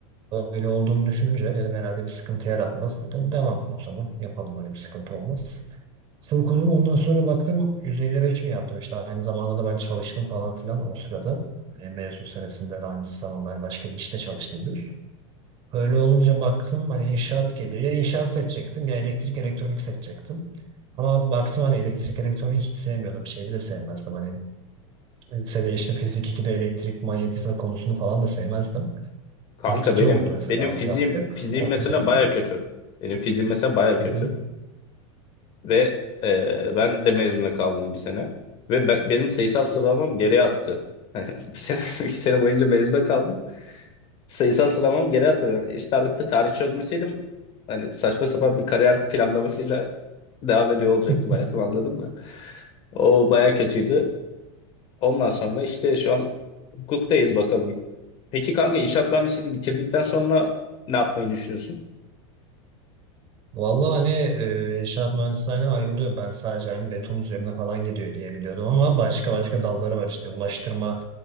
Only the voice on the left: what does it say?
Kanka
benim
benim fiziğim
fiziğim
mesela
baya kötü. Benim fiziğim mesela baya kötü
ve e, ben de mezuna kaldım bir sene ve ben- benim sayısal sıralamam geriye attı. <laughs> bir sene bir sene boyunca mezuna kaldım. sayısal sıralamam geri hatırlıyorum. Eşit ağırlıkta tarih çözmeseydim hani saçma sapan bir kariyer planlamasıyla devam ediyor olacaktım
hayatım anladın mı? O baya kötüydü. Ondan sonra işte şu an hukuktayız bakalım. Peki kanka inşaat mühendisliğini bitirdikten sonra ne yapmayı düşünüyorsun?